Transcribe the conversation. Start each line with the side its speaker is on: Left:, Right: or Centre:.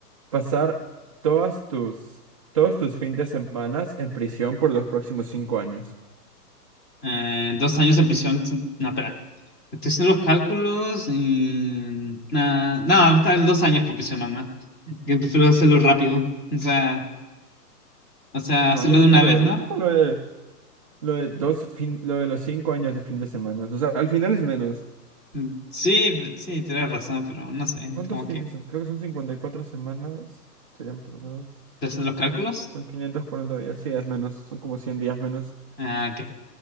Right: pasar todas tus, todos tus fines de semana en prisión por los próximos cinco años?
Left: Eh, dos años en prisión. No, espera. Estoy haciendo los cálculos y... nada no, tal vez dos años por prisión nomás. Que prefiero hacerlo rápido. O sea, o sea,
Right: No,
Left: hacerlo
Right: yo cojo
Left: de una
Right: lo,
Left: vez, ¿no?
Right: yo cojo lo de, lo de dos fin- lo de los cinco años de fin de semana. O sea, al final es menos.
Left: Mm, Sí, sí, tienes razón, pero no sé,
Right: ¿Cuántos
Left: como
Right: fines
Left: que...
Right: son? Creo que son 54 semanas. Serían por 2,
Left: ¿Estoy haciendo
Right: por
Left: los cálculos?
Right: 5. Son 540 días. Sí, es menos. Son como 100 días menos.
Left: Ah, ok.